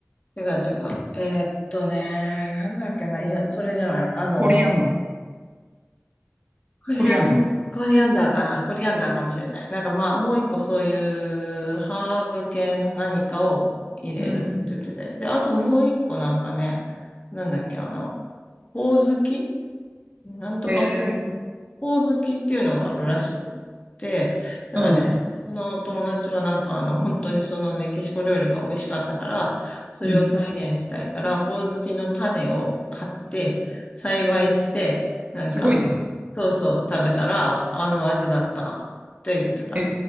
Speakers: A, on the left (about 30°); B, on the right (about 35°).
A: 違う違う。えーっとね、なんだっけな、いや、それじゃない。あの、
B: コリアンダー。
A: コリアン、
B: コリアンダー。
A: コリアンダーかな。コリアンダーかもしれない。なんかまあ、もう一個そういうハーブ系の何かを入れるって言ってて。
B: うん。
A: で、あともう一個なんかね、なんだっけ、あの、ほおずきなんとかほ、
B: へえ。
A: ほうずきっていうのがあるらしくって、だからね、
B: うん。
A: その友達はなんかあの、本当にそのメキシコ料理が美味しかったから、それを再現したいから、
B: うん。
A: ほうずきの種を買って、栽培して、なんか、
B: すごいね。
A: そうそう食べたら、あの味だったって言ってた。
B: へ